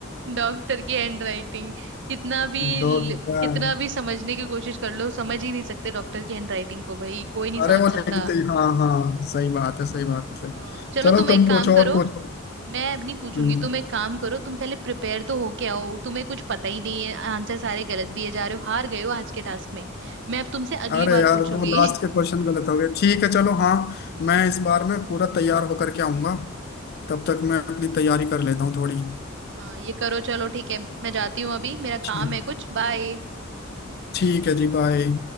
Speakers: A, on the right; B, on the left.
A: डॉक्टर की हैंड राइटिंग कितना भी
B: डॉक्टर
A: लि- कितना भी समझने की कोशिश कर लो समझ ही नहीं सकते डॉक्टर की हैंड राइटिंग को भाई कोई नहीं समझ
B: अरे वो
A: सकता
B: लिखते ही हाँ हाँ सही बात है सही बात है
A: अ, चलो
B: चलो
A: तुम
B: तुम
A: एक काम
B: पूछो
A: करो
B: और पूछो
A: मैं अब नहीं पूछूंगी
B: हम्म
A: तुम एक काम करो तुम पहले प्रिपेयर तो हो के आओ तुम्हें कुछ पता ही नहीं है आंसर सारे गलत दिए जा रहे हो हार गए हो आज के टास्क में मैं अब तुमसे अगली
B: अरे
A: बार
B: यार
A: पूछूंगी
B: वो लास्ट के क्वेश्चन गलत हो गए ठीक है चलो हाँ मैं इस बार में पूरा तैयार होकर के आऊंगा तब तक मैं अपनी तैयारी कर लेता हूँ थोड़ी
A: <laughs> हाँ ये करो चलो ठीक है मैं जाती हूँ अभी मेरा काम
B: ठीक
A: है कुछ बाय
B: ठीक है जी बाय